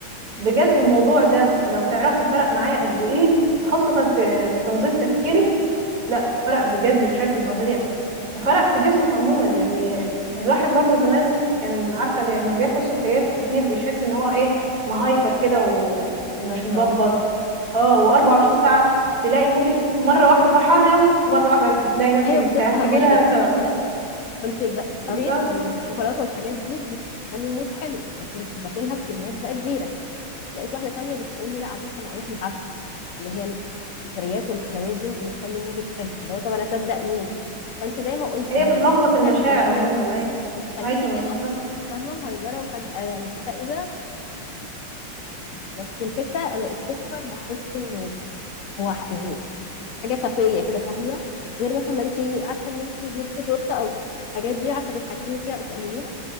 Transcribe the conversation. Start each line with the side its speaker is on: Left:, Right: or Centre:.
Right: بجد الموضوع ده لو تعرفي فرق معايا قد ايه خاصه في في تنظيم تفكيرك لا فرق بجد بشكل فظيع وفرق في جسمك عموما يعني الواحد برضو زمان كان عارفه لما بياكل سكريات كتير بيحس ان هو ايه مهايبر كده و- ومش
Left: بالظبط
Right: مظبط
Left: اه
Right: اه و24 ساعة تلاقي مودك مرة واحدة فرحانة قوي ومرة واحدة تلاقي نفسك
Left: ايوه
Right: اكتئبتي
Left: كنت لسه هقول
Right: بلا
Left: لك
Right: سبب
Left: يعني كنت ب-
Right: بالظبط
Left: قريت انه الشوكولاته والحاجات دي بتخلي المود حلو فكنت باكلها بكميات بقى كبيره لقيت واحده تانية بتقول لي لا على فكره انا قريت العكس ان هي السكريات والحلويات دي مش بتخلي مودك حلو فاللي هو طب انا اصدق مين فانت زي ما قلت
Right: هي
Left: هي
Right: بتلخبط
Left: بتخ... بتعمل
Right: المشاعر
Left: الاثنين
Right: عموما اي
Left: بتخليكي
Right: ايوه
Left: كده
Right: بالظبط
Left: فاهمه مهيبره وفجاه لا مكتئبه بس الفكره انا السكر بحس انه هو ح- يعني حاجه خفيه كده فاهمه غير مثلا ما انت عارفه ان انت جبتي تورته او الحاجات دي عارفه تتحكمي فيها او تقلليها